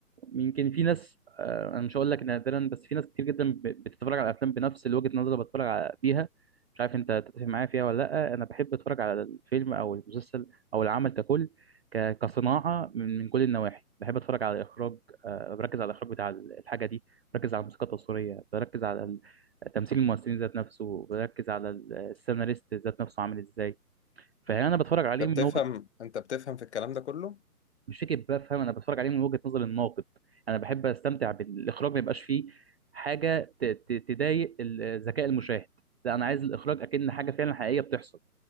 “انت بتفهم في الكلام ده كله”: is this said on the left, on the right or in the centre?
Left